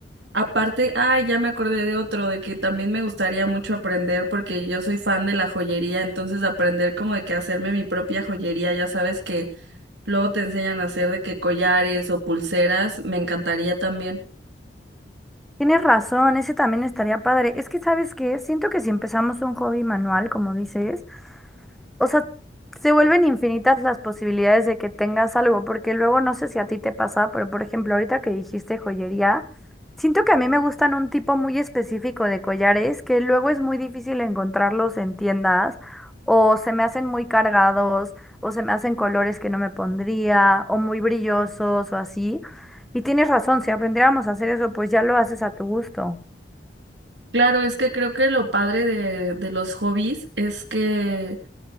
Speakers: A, on the right; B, in the centre.
A: Aparte, ay, ya me acordé de otro, de que también me gustaría mucho aprender porque yo soy fan de la joyería, entonces aprender como de que hacerme mi propia joyería, ya sabes que Luego te enseñan a hacer de que collares o pulseras, me encantaría también.
B: Tienes razón, ese también estaría padre. Es que, ¿sabes qué? Siento que si empezamos un hobby manual, como dices, o sea, se vuelven infinitas las posibilidades de que tengas algo, porque luego no sé si a ti te pasa, pero por ejemplo, ahorita que dijiste joyería, siento que a mí me gustan un tipo muy específico de collares que luego es muy difícil encontrarlos en tiendas, o se me hacen muy cargados, o se me hacen colores que no me pondría, o muy brillosos, o así. Y tienes razón, si aprendiéramos a hacer eso, pues ya lo haces a tu gusto.
A: Claro, es que creo que lo padre de, de los hobbies es que